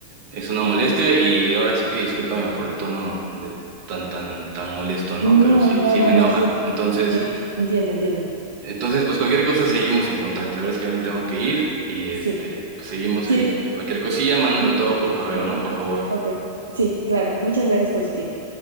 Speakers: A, on the right (about 40°); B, on the right (about 70°).
A: es una molestia y ahora sí que discúlpame por el tono de tan, tan, tan molesto, ¿no?
B: No,
A: Pero sí,
B: no,
A: sí
B: no,
A: me enoja.
B: no, sí.
A: Entonces...
B: Enti- entiendo, entiendo.
A: Entonces, pues cualquier cosa seguimos en contacto. La verdad es que ya me tengo que ir y este,
B: Sí,
A: pues seguimos
B: sí,
A: ahí.
B: le-
A: Cualquier cosilla, mándamelo todo por correo, ¿no? Por favor.
B: ok, sí, claro. Muchas gracias por su tiempo.